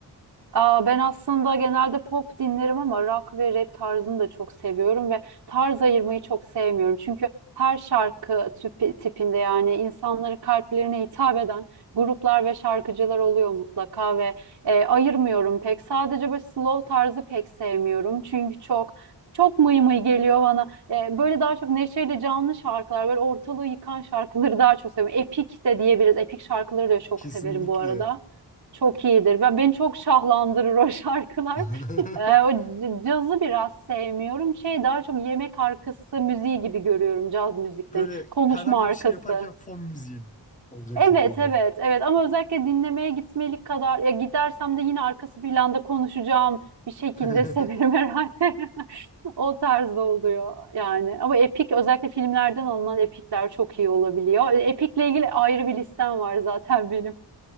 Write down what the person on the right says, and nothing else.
Aa, ben aslında genelde pop dinlerim ama rock ve rap tarzını da çok seviyorum ve tarz ayırmayı çok sevmiyorum. Çünkü her şarkı tüpi- tipinde yani insanların kalplerine hitap eden gruplar ve şarkıcılar oluyor mutlaka ve e, ayırmıyorum pek. Sadece böyle slow tarzı pek sevmiyorum. Çünkü çok çok mıy mıy geliyor bana. E, böyle daha çok neşeyle canlı şarkılar, böyle ortalığı yıkan şarkıları daha çok seviyorum. Epik de diyebiliriz. Epik şarkıları da çok
severim bu arada. Çok iyidir. Ben beni çok şahlandırır o şarkılar.
<laughs> Eee, o c- cazı biraz sevmiyorum. Şey daha çok yemek arkası müziği gibi görüyorum caz müziklerini.
Konuşma
arkası.
Evet,
evet, evet. Ama özellikle dinlemeye gitmelik kadar ya gidersem de yine arkası planda konuşacağım bir şekilde
severim herhalde. <laughs> O tarzda oluyor yani. Ama epik özellikle filmlerden alınan epikler çok iyi olabiliyor. Epikle ilgili ayrı bir listem var zaten benim.